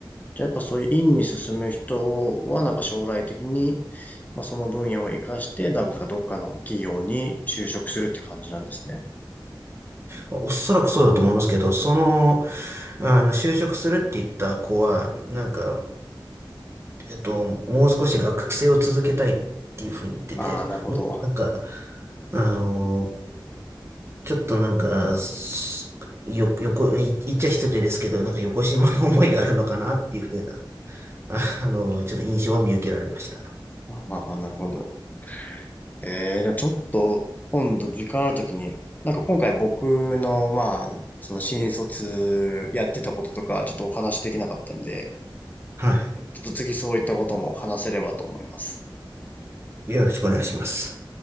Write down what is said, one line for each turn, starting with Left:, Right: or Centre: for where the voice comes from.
Left: じゃあ、やっぱそういう院に進む人は、なんか将来的に、まあ、その分野を活かして、なんかどっかの企業に就職するって感じなんですね。
Right: まあ、おそらくそうだと思いますけど、その、あの、就職するって言った子は、なんか、えっと、もう少し学生を続けたいっていうふうに言ってて、
Left: ああ、なるほど。
Right: もなんか、あの、ちょっとなんか、すよ、よこ、い言っちゃ失礼ですけど、なんかよこしまの思いがあるのかなっていうふうなああの、ちょっと印象は見受けられました。
Left: ああ、なるほど。えー、じゃあちょっと、今度時間あるときに、なんか今回僕の、まあ、その新卒やってたこととか、ちょっとお話できなかったんで、
Right: はい。
Left: ちょっと次そういったことも話せればと思います。
Right: よろしくお願いします。